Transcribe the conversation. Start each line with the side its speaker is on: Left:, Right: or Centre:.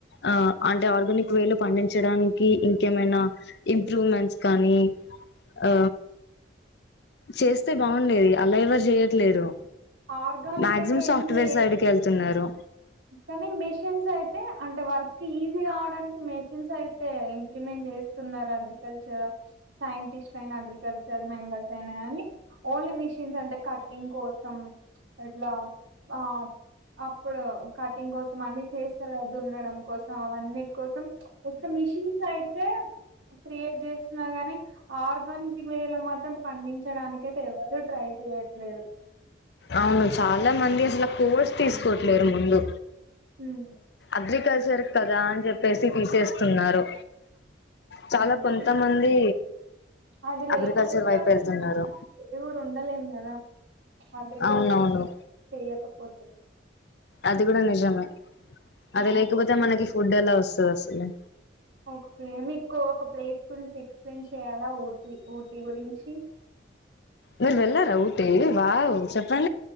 Left: ఆ అంటే ఆర్గానిక్ వేలో పండించడాన్ కి ఇంకేమైనా ఇంప్రూవ్మెంట్స్ కానీ ఆ చేస్తే బాగుండేది అలా ఎవరు చెయ్యట్లేరు
Right: ఆర్గానిక్
Left: మాక్సిమం
Right: అయితే
Left: సాఫ్ట్వేర్
Right: ఏం చేయట్లేదు
Left: సైడుకే ఎళ్తున్నారు
Right: కానీ మెషిన్స్ అయితే అంటే వర్క్ ఈజీ కావడానికి మెషిన్స్ అయితే ఇంప్లిమెంట్ చేస్తున్నారు అగ్రికల్చర్ సైంటిస్ట్ లైనా అగ్రికల్చర్ మెంబర్స్ అయినా కాని ఓన్లీ మిషన్స్ అంటే కట్టింగ్ కోసం ఎట్లా అప్ అప్పుడు కటింగ్ కోసం అన్ని చేస్తరు కదా దున్నడం కోసం అవన్నిటి కోసం ఉత్త మెషీన్స్ ఐతే క్రియేట్ చేస్తున్నారు గాని ఆ ఆర్గానిక్ వేల మాత్రం పండించడానికి అయితే ఎవరు ట్రై చేయట్లేదు
Left: అవును చాలా మంది అసలు కోర్స్ తీసుకోట్లేరు ముందు
Right: ఉమ్
Left: అగ్రికల్చర్ కదా అని చెప్ ప్పేసి తీసేస్తున్నారు చాలా
Right: ఉహు
Left: కొంతమంది
Right: పెన్ అది
Left: అగ్రికల్చర్
Right: లేకపోతే
Left: వైపు
Right: అసలు
Left: వెళ్తున్నారు
Right: మన మనుషులు కూడా ఉండలేము కదా అగ్రికల్చర్
Left: అవునవును
Right: చేయకపో తే
Left: అది కూడా నిజమే
Right: ఆ
Left: అది లేకపోతే మనకి ఫుడ్ ఎలా వస్ తే వస్తది
Right: ఓకే మీకు ఒక ప్లేస్ గురించి ఎక్స్ప్లెయిన్ చేయాలా ఊటీ ఊటీ గురించి
Left: మీరు వెళ్ళారా ఊటీ వావ్ చెప్